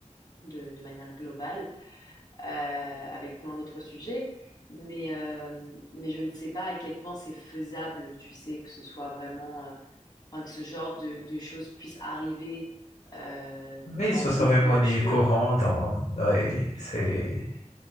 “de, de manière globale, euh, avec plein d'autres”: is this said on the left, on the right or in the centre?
Left